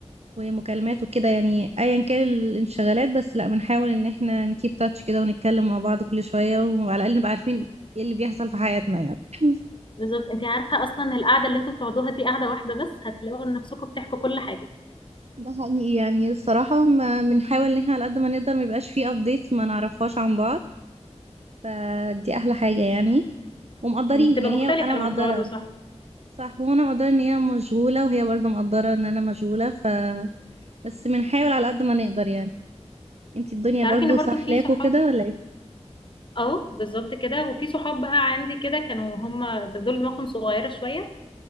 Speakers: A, on the right; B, on the left.
A: ومكالمات وكده يعني أيا كان الانشغالات بس لأ بنحاول إن احنا نكيب تاتش كده ونتكلم مع بعض كل شوية وعلى الأقل نبقى عارفين ايه اللي بيحصل في حياتنا يعني <laughs>
B: بالضبط، أنتِ عارفة أصلًا القعدة اللي أنتم بتقعدوها دي قعدة واحدة بس، هتلاقوا نفسكم بتحكوا كل حاجة،
A: ده حقيقي يعني الصراحة ما بنحاول إن احنا على قد ما نقدر ما يبقاش فيه أبديتس ما نعرفهاش عن بعض فدي أحلى حاجة يعني ومقدرين
B: امم، بتبقى
A: يعني
B: مختلفة
A: هي أنا
B: لمّا
A: مقدرة
B: بتقعدوا صح،
A: صح وانا مقدرة ان هي مشغولة وهي برضو مقدرة ان انا مشغولة ف بس بنحاول على قد ما نقدر يعني انتي الدنيا
B: تعرفي
A: برضو
B: إن برضه
A: سحلاكوا
B: في صحاب
A: كده ولا ايه
B: آه، بالضبط كده، وفي صحاب بقى عندي كده كانوا هُم دول دماغهم صغيرة شوية،